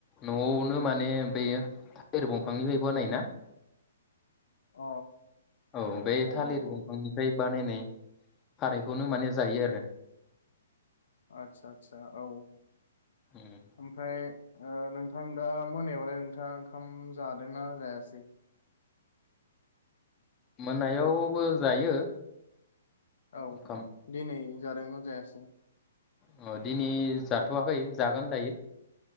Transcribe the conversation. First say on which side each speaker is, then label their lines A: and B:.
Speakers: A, on the left; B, on the left.
A: नआवनो माने ब थिर दंफांनिफ्रायबोनाय ना।
B: अ
A: औ बे थालिर
B: औ औ
A: दंफांनिफ्राय। बानायनाय खारायखौनो माने जायो आरो।
B: आतसा-आतसा औ
A: उम
B: ओमफ्राय। ओ नोंथां दा मोनायावलाय नोंथाङा ओंखाम जादोंना जायासै।
A: मोनायावबो जायो।
B: औ
A: ओंखाम
B: दिनै। जादोंना‌ जायासै।
A: अ दिनै जाथवाखै जागोन दायो।